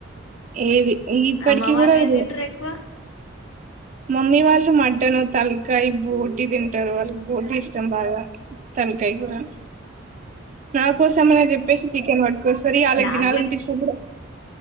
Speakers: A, on the right; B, on the left.
A: ఏవి ఇప్పటికి
B: అమ్మ వాళ్ళు
A: కూడాడ
B: ఏం తింటరు
A: అ
B: ఎక్కువ?
A: మమ్మీ వాళ్ళు మటన్ తలకాయ బోటీ తింటారు వాళ్ళకి బోటీ ఇష్టం బాగా తలకాయ కూడా నా కోసమైనా చెప్పేసి చికెన్ పట్టుకోస్తరి వాలాళగ
B: నాకు
A: తినాల అనిపిస్తుినప్పుడు